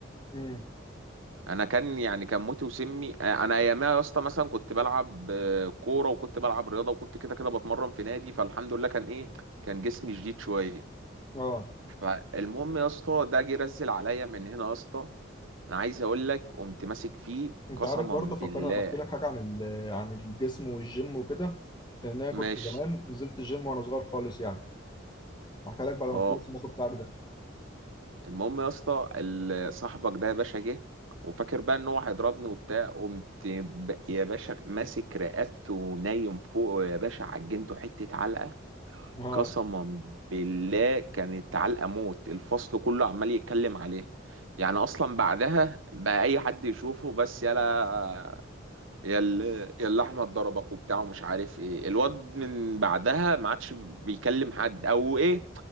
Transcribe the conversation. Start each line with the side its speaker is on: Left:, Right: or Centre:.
Left: امم
Right: انا كان يعني كان موتي وسمي آه، انا ايامها يا اسطى مثلا كنت بلعب آه، كوره وكنت بلعب رياضه وكنت كده كده بتمرن في نادي فالحمد لله كان ايه كان جسمي شديد شويه
Left: اه
Right: فالمهم يا اسطى ده جه رزل عليا من هنا يا اسطى انا عايز اقول لك قمت ماسك فيه
Left: انت
Right: قسما
Left: عارف برضه فكرني
Right: بالله
Left: انا بحكي لك حاجه عن ال- عن الجسم والجيم وكده لان انا كنت
Right: ماشي
Left: زمان نزلت الجيم وانا صغير خالص يعني هحكي لك بعد
Right: اه
Left: ما اخلص الموقف بتاعك ده
Right: المهم يا اسطى ال- صاحبك ده يا باشا جه وفاكر بقى ان هو هيضربني وبتاع قمت ب- يا باشا ماسك رقبته ونايم فوق يا باشا عجنته حته علقه
Left: اه
Right: قسما بالله كانت علقة موت الفصل كله عمال يتكلم عليه يعني اصلا بعدها بقى اي حد يشوفه بس يلا يا ال- يا اللي احمد ضربك وبتاع ومش عارف ايه الواد من بعدها ما عادش بيكلم حد او ايه